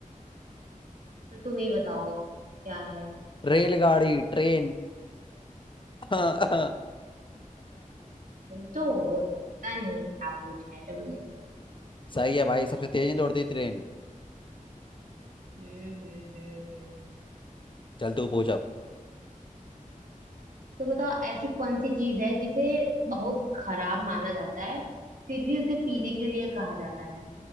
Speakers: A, on the right; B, on the left.
A: तो तुम ही बताओ क्या है
B: रेलगाड़ी ट्रेन <laughs>
A: तुम तो हो, पता नहीं क्या पूछा है तुमने
B: सही है भाई सबसे तेज नहीं दौड़ती ट्रेन
A: हम्म हम्म हम्म।
B: चल तू पूछ अब
A: तो बताओ ऐसी कौन सी चीज है जिसे बहुत खराब माना जाता है फिर भी उसे पीने के लिए कहा जाता है